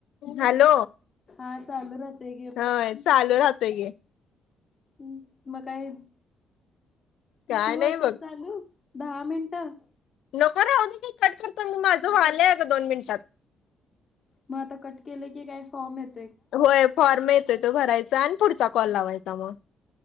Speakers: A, on the left; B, on the left.
A: हॅलो
B: हा चालू राहतोय
A: हा चालू राहतोय गे
B: हम् मग काय
A: काय
B: ठेवू
A: नाही
B: असंच
A: बघ
B: चालू दहा मिनिटं
A: नको राहुदे की कट करतो माझं वालंय ग दोन मिनिटात
B: मग आता कट केलं की काय फॉर्म येत
A: होय फॉर्म येतोय तो भराय चा आणि पुढचा कॉल लावायचा म